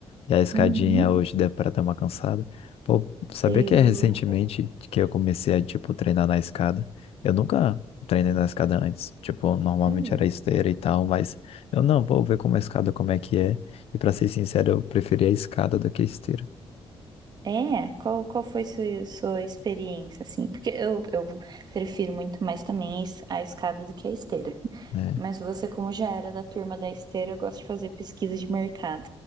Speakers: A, on the left (about 75°); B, on the right (about 45°).
A: E a escadinha
B: Uhum.
A: hoje deu para dar uma cansada. Pô, sabia
B: Eu.
A: que é recentemente que eu comecei a, tipo, treinar na escada? Eu nunca treinei na escada antes. Tipo, normalmente
B: Ah.
A: era esteira e tal, mas eu não, vou ver como a escada, como é que é. E pra ser sincero, eu preferi a escada do que a esteira.
B: É, qual, qual foi sua, sua experiência, assim? Porque eu, eu prefiro muito mais também a es- a escada do que a esteira.
A: É.
B: Mas você, como já era da turma da esteira, eu gosto de fazer pesquisa de mercado.